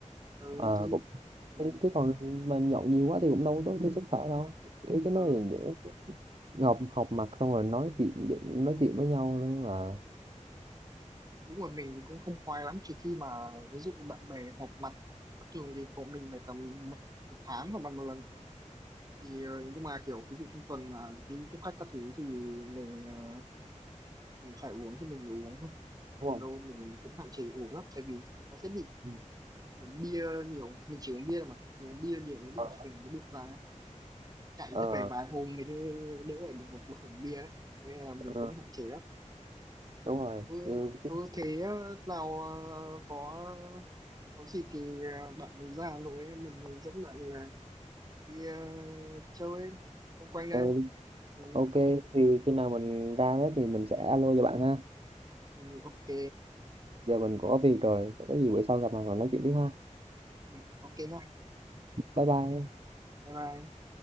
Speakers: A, on the right (about 30°); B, on the right (about 50°).
A: ờ,
B: Ờ,
A: thì
B: cũng
A: ừ,
B: chứ còn mà nhậu nhiều quá thì cũng đâu tốt cho sức khỏe đâu cái cái
A: ờ,
B: nơi để ngọc học mặt xong rồi nói chuyện giỡn- nói chuyện với nhau luôn mà
A: đúng rồi mình cũng không khoái lắm trừ khi mà ví dụ bạn bè họp mặt mà thường thì bọn mình phải tầm một, một tháng hoặc một lần thì ờ, nhưng mà kiểu ví dụ trong tuần mà đi tiếp khách các thứ thì mình ờ, mình phải uống thì mình mới uống thôi
B: đúng
A: còn
B: không?
A: đâu mình cũng hạn chế uống lắm tại vì nó sẽ bị
B: Ừ.
A: uống bia nhiều mình chỉ uống bia mà uống bia nhiều nó bị
B: Ờ,
A: phình cái bụng ra chạy
B: ờ,
A: chắc phải vài hôm mới đỡ đỡ ở được một bụng bia đấy nên là mình
B: ờ,
A: cũng hạn chế lắm
B: đúng rồi
A: ừ,
B: như,
A: ừ
B: tiếng
A: thế ờ, nào ờ, có có gì thì ờ, bạn ra Hà Nội ấy, mình mình dẫn bạn ờ, đi ờ, chơi ấy, quanh quanh đây
B: thì,
A: ừ,
B: Ok, thì khi nào mình ra đó thì mình sẽ alo cho bạn ha.
A: ừ, ok
B: Giờ mình có việc rồi, có gì bữa sau gặp mặt rồi nói chuyện tiếp ha.
A: ừ, ok nha
B: Bye bye.
A: bye bye